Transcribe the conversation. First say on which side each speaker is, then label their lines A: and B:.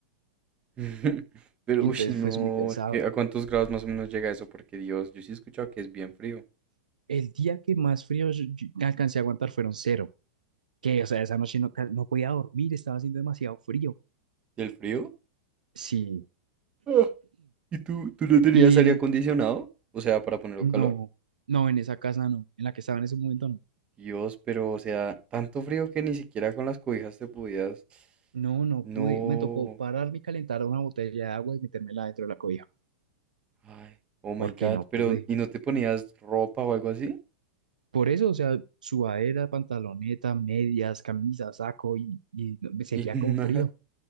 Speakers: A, on the right; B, on the right.
A: <laughs> Pero,
B: Entonces
A: ush, no,
B: fue muy pesado.
A: es que ¿a cuántos grados más o menos llega eso? Porque Dios, yo sí he escuchado que es bien frío.
B: El día que más frío yo- yo alcancé a aguantar fueron cero. Que, o sea, esa noche no, ca- no podía dormir, estaba haciendo demasiado frío.
A: ¿Del frío?
B: Sí.
A: Ah. ¿Y tú, tú no tenías
B: Y
A: aire acondicionado? O sea, para ponerlo
B: no,
A: calor.
B: no, en esa casa no, en la que estaba en ese momento no.
A: Dios, pero o sea, tanto frío que ni siquiera con las cobijas te podías.
B: No, no
A: No.
B: pude. Me tocó pararme y calentar una botella de agua y metérmela dentro de la cobija,
A: Ay, oh my
B: porque
A: God.
B: no pude.
A: Pero, ¿y no te ponías ropa o algo así?
B: Por eso, o sea, sudadera, pantaloneta, medias, camisa, saco y, y no- me seguía
A: Y <laughs> nada.
B: con frío.